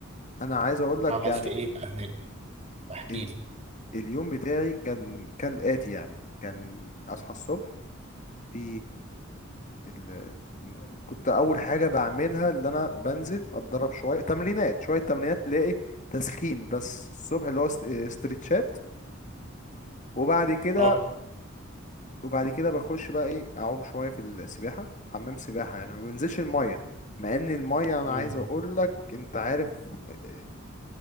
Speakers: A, on the left; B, on the right.
A: انا عايز اقول لك
B: عملت
A: يعني
B: ايه بقى هناك احكي
A: ال...
B: لي
A: اليوم بتاعي كان كالاتي يعني كان اصحى الصبح في ال... الم- كنت اول حاجه بعملها اللي انا بنزل اتدرب شويه تمرينات شويه تمرينات تلاقي تسخين بس الصبح اللي هو است- آه، استرتشات وبعد كده
B: اه
A: وبعد كده بخش بقى ايه اعوم شويه في السباحه حمام سباحه يعني ما بنزلش الميه مع ان الميه انا
B: مم.
A: عايز اقول لك انت عارف آه،